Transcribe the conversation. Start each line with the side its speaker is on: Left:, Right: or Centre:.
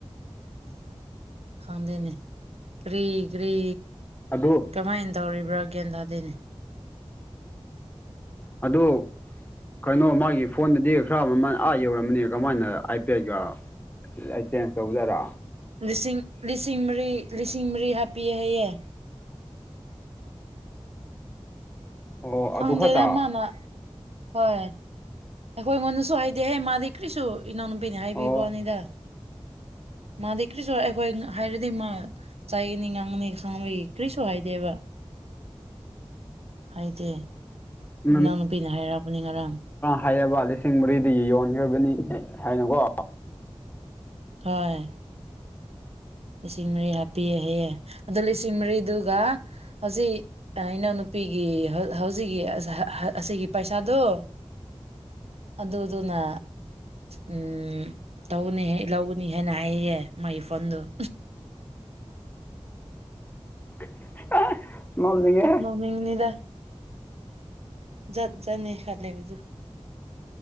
Right: ꯈꯪꯗꯅꯦ ꯀꯔꯤ ꯀꯔꯤ
Left: ꯑꯗꯨ
Right: ꯀꯃꯥꯏꯅ ꯇꯧꯔꯤꯕ꯭ꯔꯥ ꯒꯦꯟꯗꯥꯗꯅꯦ
Left: ꯑꯗꯣ ꯀꯩꯅꯣ ꯃꯥꯒꯤ ꯐꯣꯟꯗꯗꯤ ꯈꯔ ꯑꯃꯃꯜ ꯑꯥ ꯌꯧꯔꯝꯕꯅꯤ ꯀꯃꯥꯏꯅ ꯑꯥꯏ ꯄꯤ ꯑꯥꯏꯒ ꯑꯩ ꯆꯦꯟꯖ ꯇꯧꯖꯔ
Right: ꯂꯤꯁꯤꯡ ꯂꯤꯁꯤꯡ ꯃꯔꯤ ꯂꯤꯁꯤꯡ ꯃꯔꯤ ꯍꯥꯞꯄꯤꯑꯦ ꯍꯌꯦꯦ
Left: ꯑꯣ
Right: ꯈꯪꯗꯦꯗ
Left: ꯑꯗꯨ ꯈꯛꯇ
Right: ꯃꯥꯅ ꯍꯣꯏ ꯑꯩꯈꯣꯏꯉꯣꯟꯗꯁꯨ ꯍꯥꯏꯗꯦꯍꯦ ꯃꯥꯗꯤ ꯀꯔꯤꯁꯨ ꯏꯅꯥꯎꯅꯨꯄꯤꯅ ꯍꯥꯏꯕꯤꯕ
Left: ꯑꯣ
Right: ꯋꯥꯅꯤꯗ ꯃꯥꯗꯤ ꯀ꯭ꯔꯤꯁꯨ ꯑꯩꯈꯣꯏ ꯍꯥꯏꯔꯗꯤ ꯃꯥ ꯆꯩꯅꯤ ꯉꯥꯡꯒꯅꯤ ꯈꯥꯡꯕꯒꯤ ꯀ꯭ꯔꯤꯁꯨ ꯍꯥꯏꯗꯦꯕ ꯍꯥꯏꯗꯦ
Left: <unintelligible>
Right: ꯏꯅꯥꯎ ꯅꯨꯄꯤꯅ ꯍꯥꯏꯔꯛꯄꯅꯤ ꯉꯔꯥꯡ
Left: ꯍꯥꯏꯔꯕ ꯂꯤꯁꯤꯡ ꯃꯔꯤꯗꯒꯤ ꯌꯣꯟꯈ꯭ꯔꯕꯅꯤ ꯍꯥꯏꯅꯀꯣ
Right: ꯍꯣꯏ ꯂꯤꯁꯤꯡ ꯃꯔꯤ ꯍꯥꯞꯄꯤꯑ ꯍꯌꯦꯑꯦ ꯑꯗꯣ ꯂꯤꯁꯤꯡ ꯃꯔꯤꯗꯨꯒ ꯍꯧꯖꯤꯛ ꯏꯅꯥꯎꯅꯨꯄꯤꯒꯤ ꯍꯧꯖꯤꯛꯀꯤ ꯑꯁꯤꯒꯤ ꯄꯩꯁꯥꯗꯨꯣ ꯑꯗꯨ ꯑꯗꯨꯅ ꯎꯝ ꯇꯧꯅꯦꯍꯦ ꯂꯧꯅꯤꯍꯦꯅ ꯍꯥꯏꯌꯦꯌꯦ ꯃꯥꯒꯤ ꯐꯣꯟꯗꯨ <inaudible>
Left: <unintelligible>
Right: <unintelligible> ꯖꯠ ꯖꯠꯅꯤ ꯈꯜꯂꯦꯕꯗꯨ